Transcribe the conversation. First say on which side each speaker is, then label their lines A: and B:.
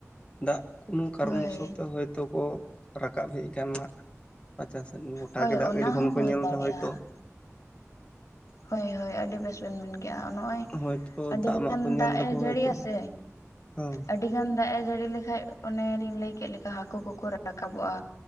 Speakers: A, on the left (about 20°); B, on the left (about 75°).
A: ᱫᱟᱜ ᱠᱳᱱᱳ ᱠᱟᱨᱚᱱ
B: ᱦᱳᱭ
A: ᱵᱚᱥᱚᱛ ᱛᱮ ᱦᱚᱭᱛᱳ ᱠᱚ ᱨᱟᱠᱟᱵ ᱦᱮᱡ ᱟᱠᱟᱱᱟ ᱨᱟᱪᱟ ᱥᱮᱫ ᱜᱚᱴᱟ
B: ᱦᱳᱭ
A: ᱜᱮ ᱫᱟᱜ
B: ᱚᱱᱟ
A: ᱜᱮ ᱡᱚᱠᱷᱚᱱ
B: ᱦᱚᱸ
A: ᱠᱚ
B: ᱦᱩᱭ
A: ᱧᱮᱞ
B: ᱫᱟᱲᱮᱭᱟᱜᱼᱟ
A: ᱮᱫᱟ ᱦᱚᱭᱛᱚ᱾
B: ᱦᱳᱭ ᱦᱳᱭ ᱟᱹᱰᱤ ᱵᱮᱥ ᱵᱮᱱ ᱢᱮᱱ ᱱᱚᱜᱼᱚᱭ
A: ᱦᱚᱭᱛᱚ
B: ᱟᱹᱰᱤ
A: ᱫᱟᱜ ᱢᱟᱜ
B: ᱜᱟᱱ
A: ᱠᱚ ᱧᱮᱞ
B: ᱫᱟᱜ
A: ᱫᱟᱠᱚ
B: ᱮ ᱡᱟᱹᱲᱤᱭᱟ
A: ᱦᱚᱭᱛᱚ
B: ᱥᱮ
A: ᱦᱳᱭ
B: ᱟᱹᱰᱤ ᱜᱟᱱ ᱫᱟᱜ ᱮ ᱡᱟᱹᱲᱤ ᱞᱮᱠᱟᱱᱡ ᱚᱱᱮᱞᱤᱧ ᱞᱟᱹᱭ ᱠᱮᱫ ᱞᱮᱠᱟ ᱦᱟᱹᱠᱩ ᱠᱚᱠᱚ ᱨᱟᱠᱟᱵᱚᱜᱼᱟ᱾